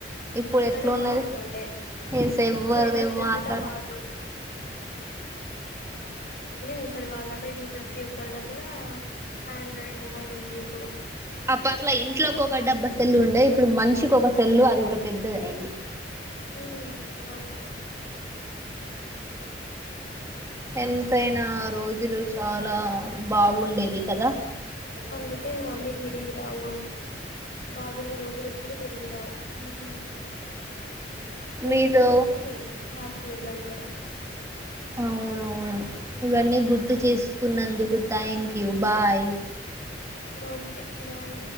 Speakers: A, on the right; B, on the left.
A: ఇప్పుడు
B: అట్లనే
A: ఎట్లు ఉన్నది
B: బాగుంటుండే
A: ఈస ఎవ్వరు
B: ఇప్పుడు ఎవరి
A: ఎ
B: సెల్లుల
A: మాట్లాడ
B: వాళ్ళు ముసలివాళ్ళ దాకా ఇప్పుడు ప్రతి ఒక్కరి దగ్గర ఆండ్రాయిడ్ మొబైల్ ఉంది ఇప్పుడు
A: ఆ పట్ల ఇంట్లోకి ఒక డబ్బ సెల్లు ఉండే ఇప్పుడు మనిషికి ఒక సెల్లు అది కూడా పెద్దది అయిడి
B: ఉమ్ అవును
A: ఎంతై నా రోజులు చాలా బాగుండేది కదా
B: అందుకే మళ్ళీ తిరిగి రావు అవి బాగున్న రోజులు ఎప్పుడు తిరిగి రావు మన జీవితంలో
A: మీతో
B: ఊహించుకొని హ్యాపీ టి గడపడమ
A: అవునవును ఇవన్నీ గుర్తు చేసుకున్నందుకు thank you bye
B: okay bye